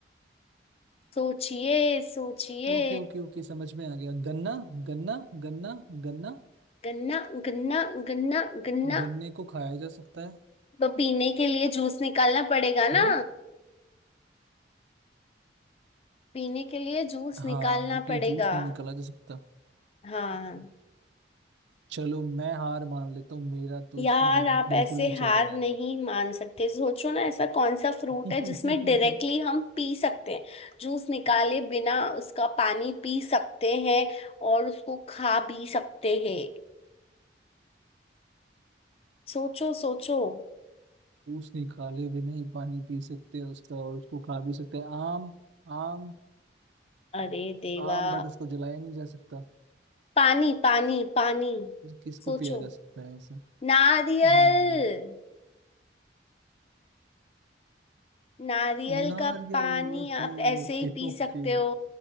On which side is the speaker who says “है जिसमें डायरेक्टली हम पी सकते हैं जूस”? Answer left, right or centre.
Left